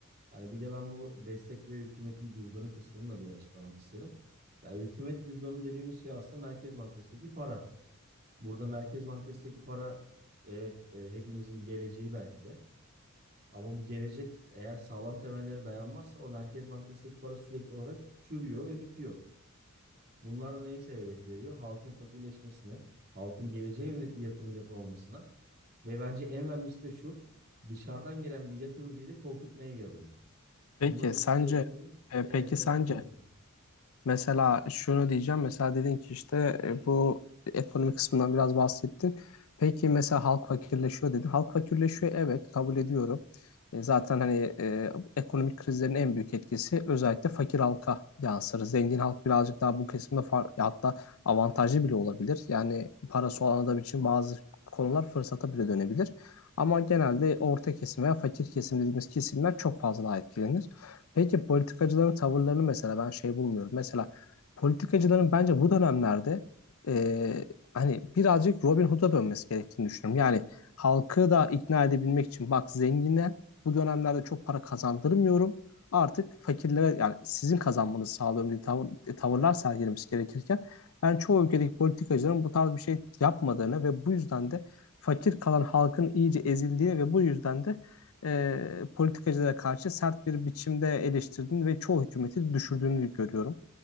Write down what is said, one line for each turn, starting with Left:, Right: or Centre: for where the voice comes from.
Right: Yani bir de ben bu destek ve hükümetin cüzdanı kısmını da bir açıklamak isterim. Yani hükümet cüzdanı dediğimiz şey aslında Merkez Bankası'ndaki para. Burada Merkez Bankası'ndaki para evet e, hepimizin geleceği belki de. Ama bu gelecek eğer sağlam temellere dayanmazsa o Merkez Bankası'ndaki para sürekli olarak çürüyor ve bitiyor. Bunlar da neye sebebiyet veriyor? Halkın fakirleşmesine, halkın geleceğe yönelik bir yatırım yapamamasına ve bence en önemlisi de şu. Dışarıdan gelen bir yatırımcıyı da korkutmaya yarıyor.
Left: Peki
Right: Bunların
Left: sence
Right: ikisi ekonominin
Left: e,
Right: evet
Left: peki
Right: temelini
Left: sence
Right: yaratıyor.
Left: Mesela şunu diyeceğim. Mesela dedin ki işte e, bu ekonomi kısmından biraz bahsettin. Peki mesela halk fakirleşiyor dedin. Halk fakirleşiyor evet kabul ediyorum. E, zaten hani e, ekonomik krizlerin en büyük etkisi özellikle fakir halka yansır. Zengin halk birazcık daha bu kesimde far- ya hatta avantajlı bile olabilir. Yani parası olan adam için bazı konular fırsata bile dönebilir. Ama genelde orta kesim veya fakir kesim dediğimiz kesimler çok fazla daha etkilenir. Peki politikacıların tavırlarını mesela ben şey bulmuyorum. Mesela politikacıların bence bu dönemlerde e, hani birazcık Robin Hood'a dönmesi gerektiğini düşünüyorum. Yani halkı da ikna edebilmek için bak zengine bu dönemlerde çok para kazandırmıyorum. Artık fakirlere yani sizin kazanmanızı sağlıyorum diye tavır, e, tavırlar sergilemesi gerekirken ben çoğu ülkedeki politikacıların bu tarz bir şey yapmadığını ve bu yüzden de fakir kalan halkın iyice ezildiğini ve bu yüzden de e, politikacılara karşı sert bir biçimde eleştirdiğini ve çoğu hükümeti düşürdüğünü görüyorum.